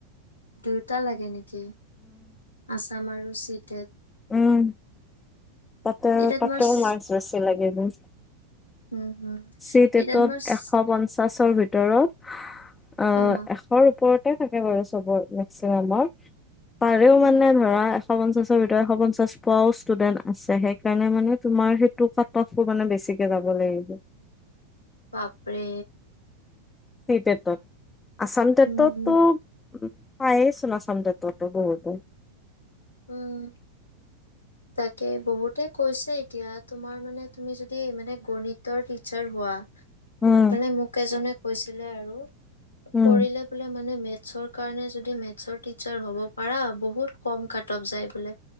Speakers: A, on the left (about 75°); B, on the left (about 15°).
A: দুয়টা লাগে নেকি? আচা আমাৰু চিট
B: উম তাতেও
A: এটা
B: তাতেও
A: তোমাৰ চ
B: মাস্ক বেছি লাগে । <unintelligible>
A: হুম, হুম।
B: চি টেটত
A: এটা তোমাৰ চ
B: এটত এশ পঞ্চাশৰ ভিত ভিতৰত অঁ
A: অ',
B: এশৰ ওপৰত থাকে বাৰু চবৰ মেক্সিমামৰ পাৰেও
A: উম,
B: মানে ধৰা পৱন চচোৰবি তেৰশ পঞ্চাছ পোৱাও ষ্টুডেন্ট আছে সেইকাৰণে মানে তোমাৰ সেইটো কাট অফো মানে বেছি কে যাব লাগিব
A: বাপৰে
B: চিটে তত আসাম তেততো
A: উম,
B: উম পায়েছুন আসামটেত তো বহুতো
A: উম তাকে বহুতে কৈছে এতিয়া তোমাৰ মানে তুমি যদি মানে গণিতৰ টিচাৰ হোৱা
B: উম
A: মানে মোক এজনে কৈছে ছিলে আৰু
B: উম
A: পঢ়িলে বোলে মানে মেত চৰ কাৰণে যদি মেথছৰ টিচাৰ হ'ব পাৰা বহুত কম কাট অফ যায় বোলে।